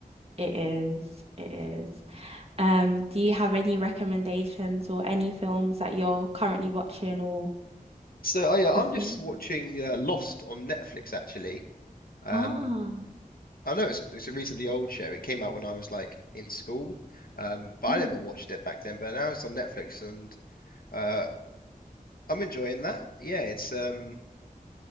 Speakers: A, on the right; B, on the left.
A: It is. It is. Um, do you have any recommendations or any films that you're currently watching or
B: So, oh yeah,
A: have
B: I'm
A: finished?
B: just watching uh, Lost on Netflix actually. Um,
A: Ah,
B: I know it's it's a reasonably old show. It came out when I was like in school, um, but
A: mm,
B: I never watched it back then. But now it's on Netflix, and uh, I'm enjoying that. Yeah, it's um,